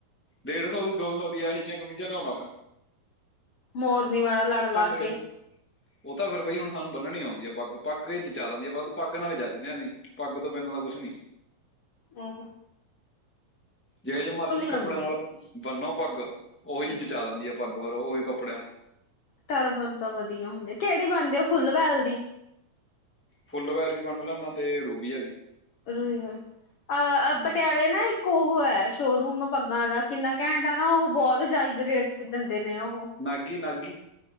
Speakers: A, in the centre; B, on the left.
A: ਡੇਢ ਸੌ ਦੀ ਦੋ ਸੌ ਦੀ ਇਹੋ ਜਿਹੀਆਂ ਕਮੀਜਾਂ ਲਿਆਉਣਾ ਵੈਂ,
B: ਮੋਰਨੀ ਵਾਲਾ ਲੜ ਲਾ
A: ਮੇਰੇ
B: ਕੇ
A: ਕੋਲ ਉਹ ਤਾਂ ਫਿਰ ਬਾਈ ਹੁਣ ਸਾਨੂੰ ਬਨਣੀ ਆਉਂਦੀ, ਪੱ ਪੱਗ ਵਿੱਚ ਜਾ ਆ ਜਾਂਦੀ ਵੀ ਪੱਗ ਨਾਲ ਜਚਦੇ ਹਂ। ਪੱਗ ਤੋਂ ਪੈਨਣ ਦਾ ਕੁੱਛ ਨੀ।
B: ਆਹੋ।
A: ਜਿਹੇ ਜੇ ਮਰਜੀ ਕੱਪੜਿਆਂ
B: ਨਾ ਮੰਮੀ
A: ਨਾਲ ਬੰਨੋ ਪੱਗ ਉਹੀ ਜਚਾ ਦਿੰਦੀ ਹੈ, ਪੱਗ ਫਿਰ ਉਹੀ ਕੱਪੜਿਆਂ ਨੂੰ
B: ਤਰ ਬਣ ਤਾਂ ਵਧੀਆ ਹੁੰਦੀ, ਕਿਹੜੀ ਬਣਦੀ ਉਹ ਫੁੱਲਵੈਲ ਦੀ,
A: ਫੁੱਲ ਵੈਲ ਵੀ ਵੰਨ ਲੈਂਦਾ ਤੇ ਰੂਬੀਆ ਵੀ
B: ਰੁਹੀਵ ਅਹ
A: ਹੂੰ
B: ਪਟਿਆਲੇ ਨਾ ਇੱਕ ਉਹ ਹੈ, ਸ਼ੋਰੂਮ ਪੱਗਾਂ ਦਾ ਕਿੰਨਾ ਘੈਂਟ ਨਾ ਉਹ ਬਹੁਤ ਜਾਇਜ਼ ਰੇਟ ਚ ਦਿੰਦੇ ਨੇ ਉਹ।
A: ਨਾਗੀ-ਨਾਗੀ।